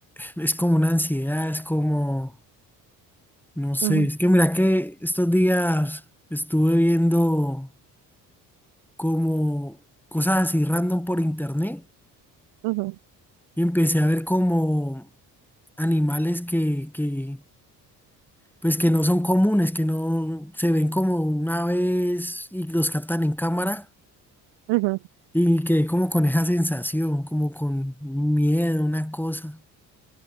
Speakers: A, in the centre; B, on the right.
A: Es como una ansiedad, es como, no sé,
B: Ujú,
A: es que mira que estos días estuve viendo como cosas así random por internet
B: ujú,
A: y empecé a ver como animales que, que, pues que no son comunes, que no se ven como una vez y los captan en cámara
B: ujú.
A: Y quedé como con esa sensación, como con un miedo, una cosa.